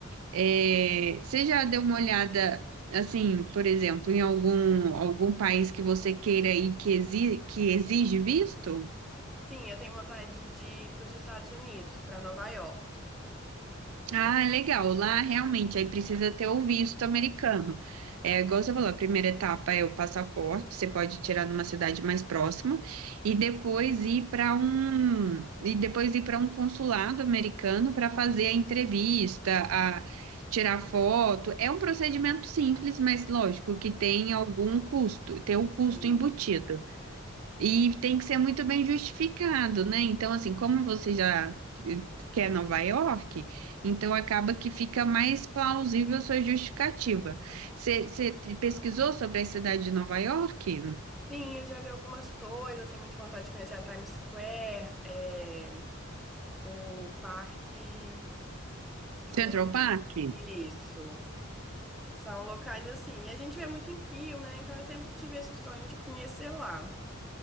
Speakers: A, on the right (about 80°); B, in the centre.
A: É, você já deu uma olhada, assim, por exemplo, em algum, algum país que você queira ir que exi- que exige visto?
B: Sim, eu tenho vontade de ir para os Estados Unidos, para Nova York.
A: Ah, legal. Lá realmente aí precisa ter o visto americano. É, igual você falou, a primeira etapa é o passaporte, você pode tirar numa cidade mais próxima e depois ir para um e depois ir para um consulado americano para fazer a entrevista, a tirar foto. É um procedimento simples, mas lógico que tem algum custo, tem um custo
B: Sim.
A: embutido. E tem que ser muito bem justificado, né? Então, assim, como você já eh, quer Nova York, então acaba que fica mais plausível a sua justificativa. Você pesquisou sobre a cidade de Nova York?
B: Sim, eu já vi algumas coisas, tenho muita vontade de conhecer a Times Square, é, o parque, esqueci
A: Central
B: o nome.
A: Park?
B: Isso. São locais assim. E a gente vê muito em filme, né? Então eu sempre tive esse sonho de conhecer lá.